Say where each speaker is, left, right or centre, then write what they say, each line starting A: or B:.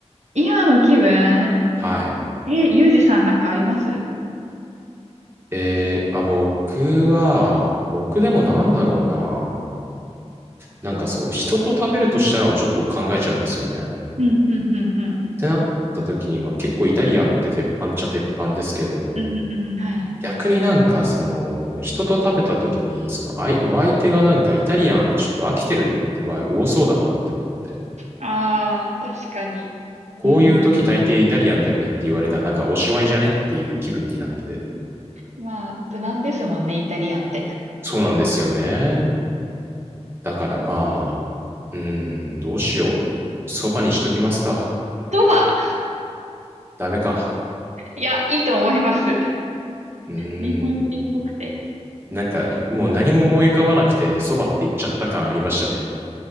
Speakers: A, on the right (about 80°); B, on the right (about 20°).
A: 今の気分、え
B: はい。
A: ー、ゆうじさんなんかあります
B: えー、あ、僕は、僕でもなんだろうな。なんかそう、人と食べるとしたらをちょっと考えちゃうんですよね。っ
A: うんうんうんうん。
B: てなった時に、まあ結構イタリアンって鉄板っちゃ鉄板ですけれども、
A: うんうん、はい。
B: 逆になんかその、人と食べた時に、その、あいお相手がなんかイタリアンちょっと飽きてるって場合多そうだなって思って。
A: ああ、確かに。
B: こういう時大抵イタリアンだよねって言われたらなんかおしまいじゃねっていう気分になってて。
A: うんうん。まあ、無難ですもんね、イタリアンって。
B: そうなんですよね。だからまあ、うーん、どうしよう。そばにしときますか。
A: そば、
B: ダメか。
A: いや、いいと思います。
B: うーん。
A: 日本人っぽくて。
B: なんか、いもう何も思い浮かばなくて、そばって言っちゃった感ありましたね。